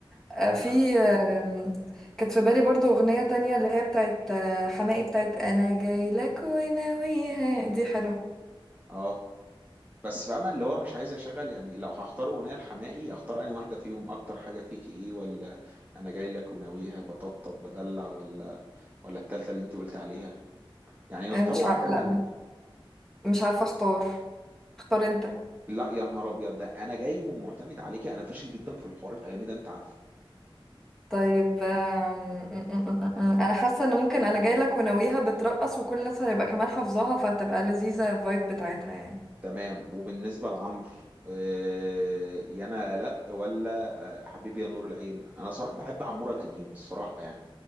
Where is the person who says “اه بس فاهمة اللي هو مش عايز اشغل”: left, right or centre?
Right